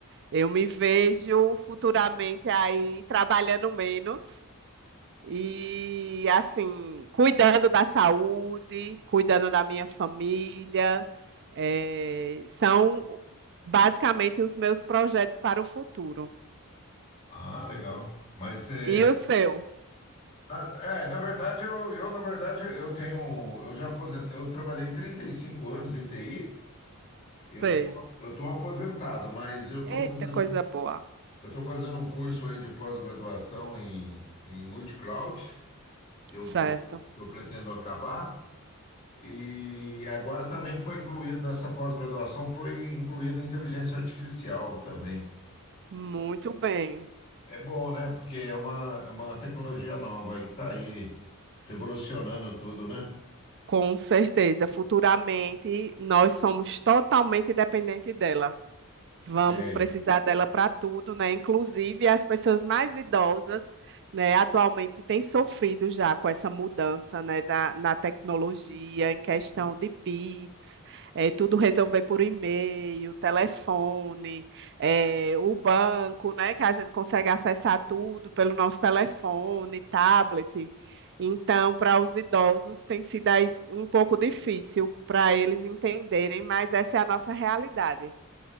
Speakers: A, on the right (about 55°); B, on the left (about 30°).
A: Eu me vejo futuramente aí trabalhando menos e, assim, cuidando da saúde, cuidando da minha família. É, são basicamente os meus projetos para o futuro.
B: Ah, legal. Mas é,
A: E o seu?
B: ah, é, na verdade eu, eu na verdade eu tenho eu já aposen- eu trabalhei 35 anos em TI. Eu
A: Sei.
B: tô, eu tô aposentado, mas eu
A: Eita,
B: tô fazendo
A: coisa boa.
B: eu tô fazendo um curso aí de pós-graduação em em multicloud. que eu,
A: Certo.
B: pre- que eu pretendo acabar. E agora também foi incluído nessa pós-graduação, foi incluída a inteligência artificial também.
A: Muito bem.
B: É bom, né? Porque é uma, é uma tecnologia nova aí que está aí revolucionando tudo, né?
A: Com certeza. Futuramente, nós somos totalmente dependentes dela. Vamos
B: É.
A: precisar dela para tudo, né? Inclusive as pessoas mais idosas, né, atualmente têm sofrido já com essa mudança, né, da, na tecnologia, em questão de Pix, eh, tudo resolver por e-mail, telefone, eh, o banco, né, que a gente consegue acessar tudo pelo nosso telefone, tablet. Então, para os idosos tem sido aí um pouco difícil para eles entenderem, mas essa é a nossa realidade.